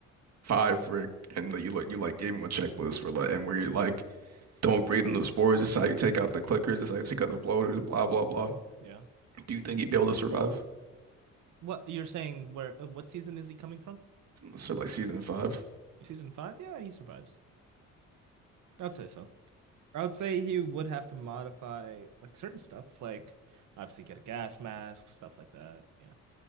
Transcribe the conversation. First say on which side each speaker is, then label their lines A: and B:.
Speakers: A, on the right; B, on the right.
A: five Rick and like, you like you like gave him a checklist for like and where you like Don't breathe in the spores. This is how you take out the clickers. This is how you take out the bloaters. Blah blah blah.
B: Yeah.
A: Do you think he'd be able to survive?
B: What you're saying? Where? uh, What season is he coming from?
A: So like season five.
B: Season five? Yeah, he survives. I'd say so. I would say he would have to modify like certain stuff, like obviously get a gas mask, stuff like that. Yeah,